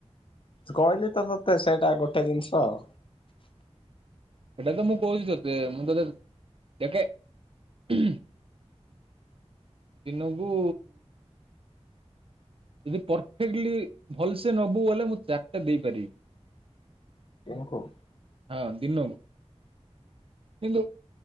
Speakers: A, on the left (about 50°); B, on the right (about 55°).
A: କହିଲି ତ ତତେ ସେଇଟା ଗୋଟେ ଜିନିଷ ଆଉ।
B: ସେଇଟା ତ ମୁଁ କହୁଛି ତୋତେ ମୁଁ ତତେ <unintelligible> ଦିନକୁୁ ଯଦି ପରଫେକ୍ଟଲି ଭଲସ ନବୁ ହେଲେ ମୁଁ ଚାରଟଟା ଦେଇପାରିବି।
A: <unintelligible>
B: ହଁ ଦିନକୁ। କିନ୍ତୁ